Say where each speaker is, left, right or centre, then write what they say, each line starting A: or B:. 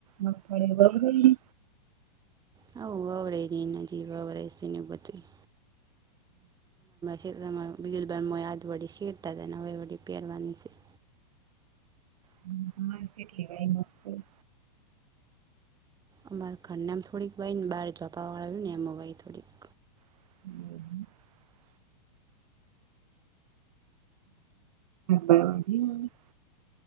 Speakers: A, on the right (about 65°); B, on the right (about 20°).
A: મગફળી
B: હવ, વવરઈ રી ઈન જી વવરઈ સીન બધુય. ખેતરમાં બીયેલબાન મોય હાથ વડી શેઢતા જાયન અવે વડી પહેરવાનું શે.
A: હમ્મ, તમાર ચેટલી વાય મગફળી?
B: અમાર ઘરનામ થોડીક વાયન બાર જાપાવાળુ રયુન એમાં વાય થોડીક.
A: <unintelligible> વાઢીન આવે. <unintelligible>